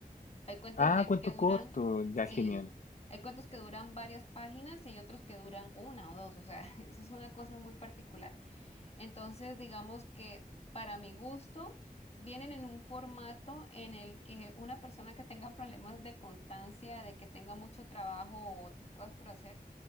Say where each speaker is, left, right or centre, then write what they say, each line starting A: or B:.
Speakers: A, on the left; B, on the left.
A: Hay cuentos
B: Ah,
A: de
B: cuento
A: que duran,
B: corto. Ya,
A: sí,
B: genial.
A: hay cuentos que duran varias páginas y hay otros que duran una o dos, o sea, <laughs> eso es una cosa muy particular. Entonces, digamos que para mi gusto, vienen en un formato en el que una persona que tenga <laughs> problemas de constancia, de que tenga mucho trabajo o otras cosas por hacer,